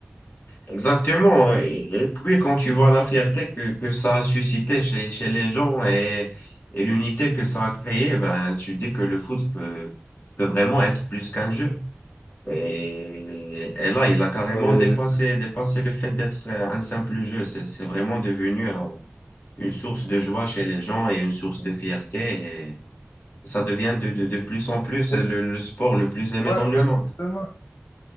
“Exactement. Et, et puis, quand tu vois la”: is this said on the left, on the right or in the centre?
Left